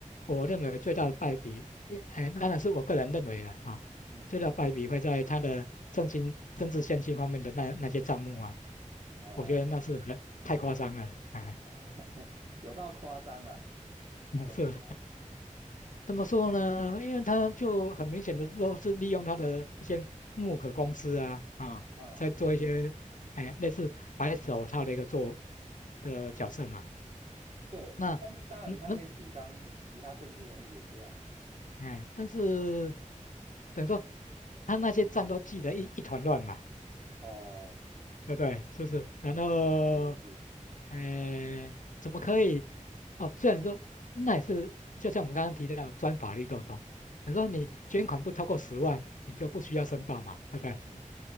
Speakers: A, on the left; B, on the right.
A: 我认为最大的败笔，也，呃，当然是我个人认为了哈、
B: 嗯，
A: 最大的败笔会在他的政经政治献金方面的那那些账目啊，
B: 哦，
A: 我觉得那是很太夸张了，哎、
B: <laughs> 有到夸张啊，
A: <laughs> 那是，
B: 怎么说？
A: 怎么说呢？因为他就很明显的都是利用他的一些木可公司啊啊，
B: 嗯。
A: 在做一些哎类似白手套的一个做的角色嘛。
B: 对，
A: 那嗯那
B: 但是当然他可以主张其他政治人物也这样。
A: 哎，但是等于说他那些账都记得一一团乱嘛，
B: 哦，
A: 对不对？是不是？然后，
B: 是也是，
A: 哎，怎么可以？哦，虽然说那也是，就像我们刚刚提到的钻法律漏洞，比如说你捐款不超过十万，
B: 嗯
A: 你就不需要申报嘛，对不对？
B: 嗯，